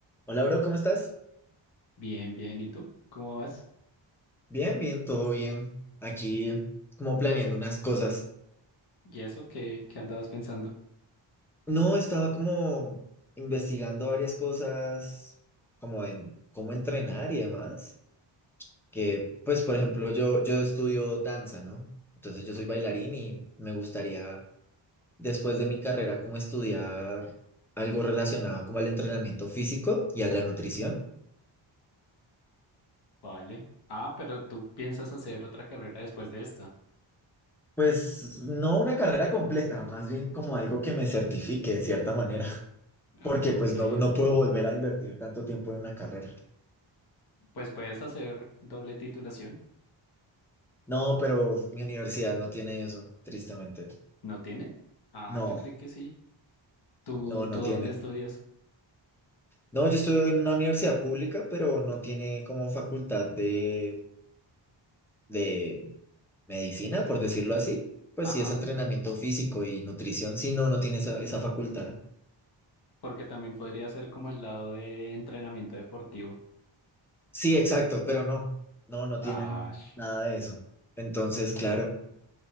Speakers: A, in the centre; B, on the left.
A: Hola, bro, ¿cómo estás?
B: Bien, bien. ¿Y tú? ¿Cómo vas?
A: Bien, bien, todo bien. Aquí como planeando unas cosas.
B: ¿Y eso qué, qué andabas pensando?
A: No, estaba como investigando varias cosas, como en cómo entrenar y demás. Que, pues, por ejemplo, yo, yo estudio danza, ¿no? Entonces yo
B: Ok,
A: soy bailarín y me gustaría, después de mi carrera, como estudiar algo relacionado como al entrenamiento físico y a la nutrición.
B: vale. Ah, pero tú piensas hacer otra carrera después de esta.
A: Pues no una carrera completa, más bien como algo que me certifique de cierta manera.
B: Ok,
A: porque pues no, no puedo volver a invertir tanto tiempo en una carrera.
B: pues puedes hacer doble titulación.
A: No, pero mi universidad no tiene eso, tristemente.
B: ¿No tiene? Ah,
A: No,
B: yo creí que sí. ¿Tú,
A: no,
B: tú
A: no
B: dónde
A: tiene.
B: estudias?
A: No, yo estuve en una universidad pública, pero no tiene como facultad de, de medicina, por decirlo así. Pues
B: Ajá,
A: sí es entrenamiento físico y nutrición. Sí, no, no tiene esa, esa facultad.
B: porque también podría ser como el lado de entrenamiento deportivo.
A: Sí, exacto, pero no, no, no
B: Ah,
A: tienen
B: sh-
A: nada de eso. Entonces, claro,